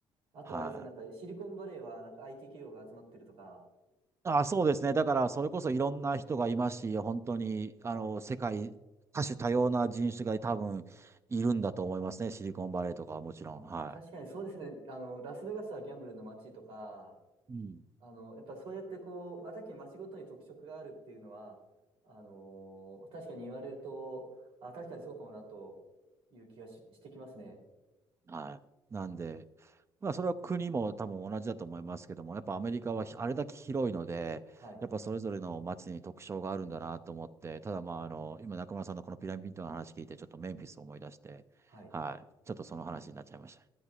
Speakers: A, on the right; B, on the right.
A: あとあれですね、
B: はい。
A: なんかシリコンバレーはなんか IT 企業が集まってるとか。
B: あ、そうですね。だから、それこそいろんな人がいますし、本当に、
A: あはい。
B: あの、世界、多種多様な人種が多分いるんだと思いますね。
A: あ、
B: シリコンバレーとかはもちろん。
A: まあ、
B: は
A: 確かにそうですね。あの、ラスベガスはギャンブルの街とか、
B: い。うん。
A: あの、やっぱそうやってこう、まあ、確かに町ごとに特色があるっていうのは、あのー確かに言われると、あ、確かにそうかもなという気がし、してきますね。
B: はい。なんで、まあ、それは国も多分同じだと思いますけども、やっぱアメリカはひあれだけ広いので、
A: はい。
B: やっぱそれぞれの街に特徴があるんだなと思って、ただまあ、あの、今中村さんのこのピラミッドの話聞いて、ちょっとメンフィスを思い出して、
A: はい。
B: はい。ちょっとその話になっちゃいました。